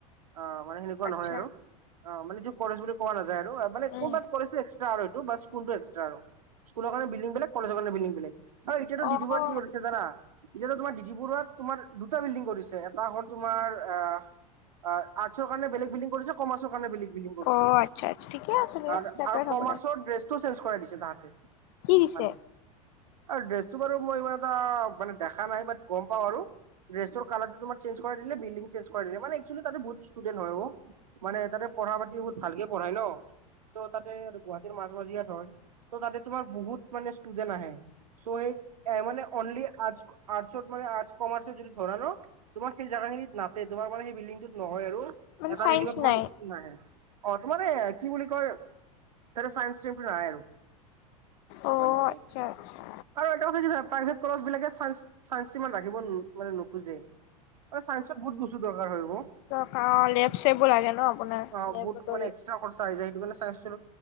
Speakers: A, on the right; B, on the left.
A: আ আ মানে সেনেকুৱা
B: আচ্ছা।
A: নহয় আৰু অ মানে এইটো কলেজ বুলি কোৱা নাযায় আৰু আ মানে
B: উম
A: কবাত কলেজটো এক্স আৰু এইটো বাছ স্কুলটো এক্সট্ৰা আৰু স্কুলৰ কাৰণে বিল্ডিং বেলেগ কলেজৰ কাৰণে বিল্ডিং বেলেগ আৰু এতিয়াটো
B: অ'
A: ডি ডি বৰুৱাত কি কৰিছে। তে জানা এতিয়াতো তোমাৰ ডি ডি বৰুৱাত তোমাৰ দুটা বিল্ডিং কৰিছে এটা হ'ল তোমাৰ আহ আ আৰ্টছৰ কাৰনে বেলেগ বিল্ডিং কৰিছক। কমাৰ্চৰ কাৰণে বেলেগ বিল্ডিং কৰিছে
B: অ'
A: এতিয়া,
B: আচ্ছা আচ্ছা ঠিকে আছে দিয়ক
A: আৰু
B: ছেপাৰেট
A: আৰু কমাৰ্চৰ
B: হ'ব লাগে।
A: ড্ৰেছ চেঞ্জ কৰাই দিছে তাহাঁতে।
B: কি দিছে?
A: মানে আৰু ড্ৰেছটো বাৰু মই ইমান এটা মানে দেখা নাই বাট গম পাওঁ আৰু ড্ৰেছৰ কালাৰটো তোমাৰ চেঞ্জ কৰাই দিলে বিল্ডিং চেঞ্জ কৰাই দিলে মানে একচুৱেলি তাতে বহুত ষ্টুডেণ্ট হয় অ। মানে তাতে পঢ়া-পাতি বহুত ভালকে পঢ়াই ন ত' তাতে আৰু গুৱাহাটীৰ মাজ-মাজিয়াত হয়। ত' তাতে তোমাৰ বহুত মানে ষ্টুডেন্ট আহে চ' সেই এ মানে অনলি আৰ্টছ ক আৰ্টছত মানে আৰ্টছ কমাৰচিয়েল যদি ধৰা ন তোমাৰ সেই জাগা খিনিত নাতে তোমাৰ মানে সেই বিল্ডিংটোত নহয় আৰু
B: মানে
A: এটা
B: চাইন্স
A: বিল্ডিংত তোমাৰ
B: নাই
A: নাহে। অ তোমাৰ এ কি বুলি কয় তাতে চাইন্স ষ্ট্ৰীমটো নাই আৰু
B: অ
A: মানে
B: আচ্ছা
A: এক
B: আচ্ছা
A: আৰু এটা কথা কি জানা প্ৰাইভেট কলেজ বিলাকে চাইন্স চাইন্সটো ইমান ৰাখিব মানে নোখোজে। অ চাইন্সত বহুত বস্তু দৰকাৰ হয় অ।
B: ত কা লেব-চেববো লাগে ন। আপোনাৰ
A: অ
B: লেবৰেটৰী
A: বহুত মানে এক্সট্ৰা খৰচা আহি যায় সেইটো কাৰণে চাইন্সটো